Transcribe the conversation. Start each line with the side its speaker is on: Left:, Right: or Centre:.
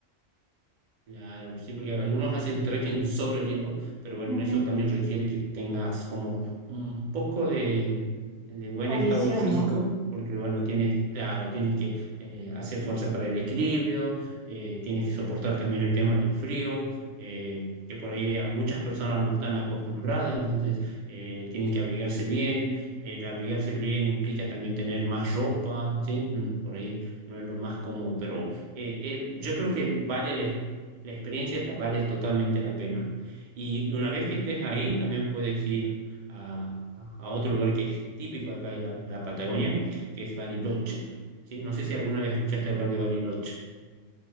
Right: Claro, sí, porque algunos hacen trekking sobre el hielo, pero bueno,
Centre: Ujú.
Right: eso también requiere que tengas como un poco de, de buen
Centre: Condición,
Right: estado físico,
Centre: ¿no?
Right: porque bueno, tienes, claro, tienes que eh, hacer fuerza para el equilibrio, eh, tienes que soportar también el tema del frío, eh, que por ahí a muchas personas no están acostumbradas, entonces eh, tienen que abrigarse bien. El abrigarse bien implica también tener más ropa, ¿sí? Mm, Por ahí no es lo más cómodo, pero eh, eh, yo creo que vale la la experiencia esta vale totalmente la pena. Y una vez que estés ahí, también puedes ir a, a otro lugar que es típico de acá de la, la Patagonia, que es Bariloche. ¿Sí? No sé si alguna vez escuchaste hablar de Bariloche.